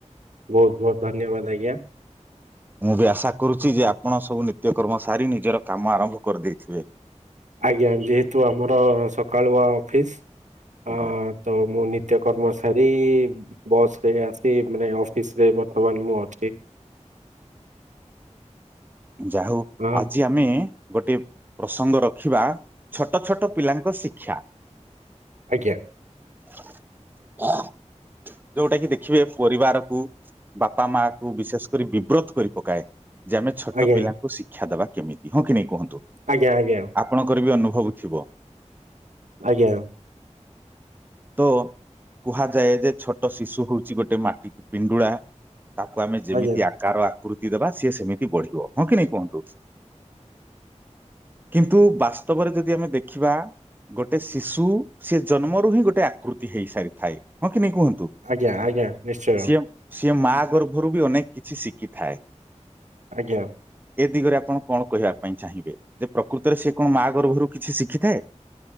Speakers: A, on the right (about 80°); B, on the right (about 15°).
A: ବହୁତ୍ ବହୁତ୍ ଧନ୍ୟବାଦ ଆ
B: ମୁଁ ବି ଆଶା କରୁଚି ଯେ ଆପଣ ସବୁ ନିତ୍ୟକର୍ମ ସାରି ନିଜର କାମ ଆରମ୍ଭ କରିଦେଇଥିବେ।
A: ଆଜ୍ଞା ଯେହେତୁ ଆମର ସକାଳୁଆ ଅଫିସ୍
B: ଆଜ୍ଞା
A: ଅ ତ ମୁଁ ନିତ୍ୟକର୍ମ ସାରି ବସରେ ଆସି ମାନେ ଅଫିସ୍ ରେ ବର୍ତ୍ତମାନ ମୁଁ ଅଛି।
B: ଯା ହଉ
A: ହଁ
B: ଆଜି ଆମେ ଗୋଟିଏ ପ୍ରସଙ୍ଗ ରଖିବା ଛୋଟ ଛୋଟ ପିଲାଙ୍କ ଶିକ୍ଷା।
A: ଆଜ୍ଞା।
B: <unintelligible> ଯୋଉଟା କିି ଦେଖିବେ ପରିବାରକୁ ବାପା ମା କୁ ବିଶେଷ୍ କରି ବିବ୍ରତ୍ କରି ପକାଏ। ଯେ ଆମେ ଛୋଟ
A: ଆଜ୍ଞା
B: ପିଲାଙ୍କୁ ଶିକ୍ଷା ଦବା କେମିତି ହଁ କି ନାଇଁ କୁହନ୍ତୁ।
A: ଆଜ୍ଞା ଆଜ୍ଞା।
B: ଆପଣଙ୍କର ବି ଅନୁଭବ ଥିବ।
A: ଆଜ୍ଞା।
B: ତୋ କୁହାଯାଏ ଯେ ଛୋଟ୍ ଛୋଟ ଶିଶୁ ହଉଛି ଗୋଟେ ମାଟିି- ପିଣ୍ଡୁଳା। ତାକୁ ଆମେ ଯେମିତି
A: ଆଜ୍ଞା
B: ଆକାର ଆକୃ ତି ଦେବା ସିଏ ସେମିତି ବଢିବ। ହଁ କି ନାଇ କୁହନ୍ତୁ? କିନ୍ତୁ ବାସ୍ତବରେ ଯଦି ଆମେ ଦେଖିବା ଗୋଟେ ଶିଶୁ ସେ ଜନ୍ମରୁ ହିଁ ଗୋଟେ ଆକୃତି ହେଇସାରିଥାଏ। ହଁ କି ନାଇଁ କୁହନ୍ତୁ?
A: ଆଜ୍ଞା ଆଜ୍ଞା। ନିଶ୍ଚୟ
B: ସିଏ, ସିଏ ମା ଗର୍ଭରୁ ବି ଅନେକ କିଛି ଶିଖିଥାଏ।
A: ଆଜ୍ଞା।
B: ଏ ଦିଗରେ ଆପଣ କଣ କହିବା ପାଇଁ ଚାହିଁବେ? ଯେ ପ୍ରକୃତରେ ସେ କଣ ମା ଗର୍ଭରୁ କିଛି ଶିଖିଥାଏ?